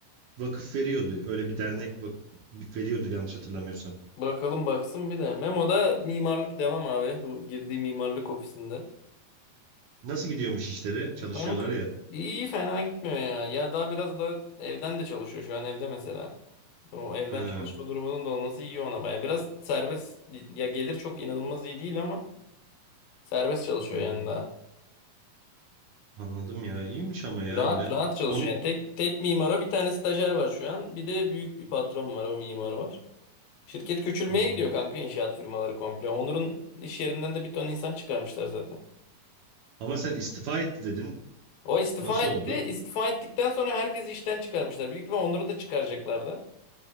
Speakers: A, on the right; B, on the left.
A: vakıf veriyordu. Öyle bir dernek vakıf veriyordu yanlış hatırlamıyorsam.
B: Bakalım baksın bir de. Memo'da mimarlık devam abi. Bu girdiği mimarlık ofisinde.
A: Nasıl gidiyormuş işleri? Çalışıyorlar
B: Kanka
A: ya.
B: iyi fena gitmiyor ya. Ya daha biraz da evden de çalışıyor şu an evde mesela. O evden
A: Ha,
B: çalışma durumunun da olması iyi ona baya. Biraz serbest bir- ya gelir çok inanılmaz iyi değil ama serbest çalışıyor
A: hmm,
B: yani daha.
A: anladım ya. İyiymiş ama ya
B: Rahat
A: yine.
B: rahat çalışıyor
A: Onun,
B: yani tek tek mimara bir tane stajyer var şu an. Bir de büyük bir patron var o mimar var. Şirket küçülmeye
A: Hmm.
B: gidiyor kanka inşaat firmaları komple. Onur'un iş yerinden de bir ton insan çıkarmışlar zaten.
A: Ama sen istifa etti dedin.
B: O istifa
A: Nasıl
B: etti.
A: oldu?
B: İstifa ettikten sonra herkesi işten çıkarmışlar. Büyük ihtimal Onur'u da çıkaracaklardı.